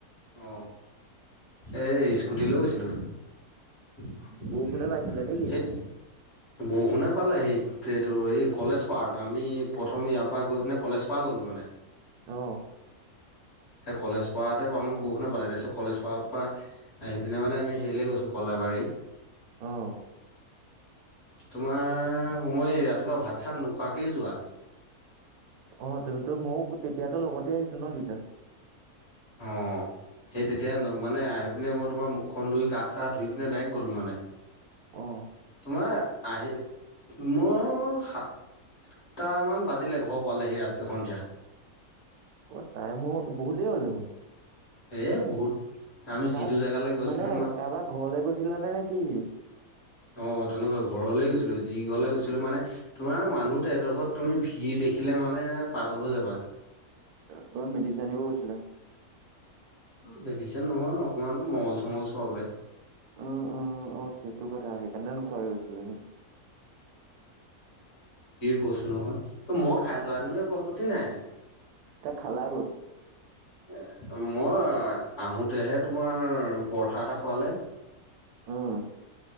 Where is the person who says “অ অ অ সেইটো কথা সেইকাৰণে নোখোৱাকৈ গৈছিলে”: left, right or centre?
Right